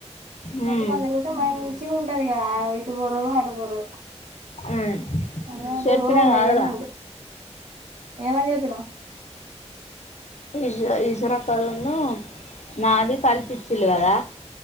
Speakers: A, on the left (about 75°); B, on the right (about 85°).
A: హ్మ్
B: ఎత్తుకొని తిరిగితే మంచిగ ఉంటది ఇగా, ఇటు బొరవ్ అటు బొరవ్.
A: హ్మ్
B: అదే అంటే
A: చెప్పినా
B: ఓ
A: కాదురా
B: లేయను ఏమని చెప్పినవ్?
A: ఈశ్ ఈశ్వరక్కళ్లను నాది కల్పి ఇచ్చిళ్లు కదా